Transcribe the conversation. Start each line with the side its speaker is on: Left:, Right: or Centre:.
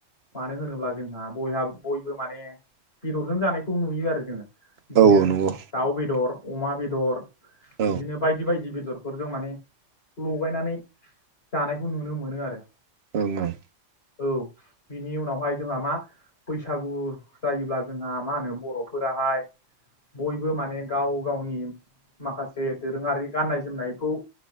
Left: मानो होनोब्ला जों आं बयहा बयबो माने बेदरजों जानायखौ नुयो आरो जोङो बिदिनो
Right: औ नंगौ
Left: दाउ बेदर अमा बेदर
Right: औ
Left: इदिनो बायदि बायदि बेदरफोरजों माने लगायनानै जानायखौ नुनो मोनो आरो।
Right: ओं ओंं
Left: औ बिनि उनावहाय जोंहा मा बैसागु जायोब्ला जोंहा मा होनो बर'फोराहाय बयबो माने गाव गावनि माखासे दोरोङारि गाननाय जोमनायखौ